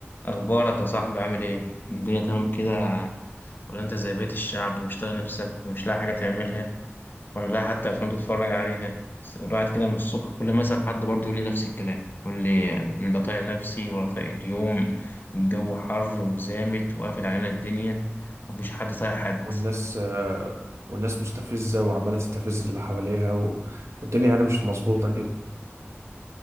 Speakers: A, on the left; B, on the right.
A: أخبارك يا صاحبي عامل إيه؟ الدنيا تمام كده ولا أنت زي بقية الشعب ومش طايق نفسك ومش لاقي حاجة تعملها ولا لاقي حتى أفلام تتفرج عليها بس الواحد كده من الصبح كل ما أسأل حد برضه يقول لي نفس الكلام يقول لي لا طايق نفسي ولا طايق اليوم الجو حر وزامت وقافل علينا الدنيا مفيش حد طايق حد
B: والناس آه، والناس مستفزة وعمالة تستفز اللي حواليها و- والدنيا يعني مش مظبوطة كده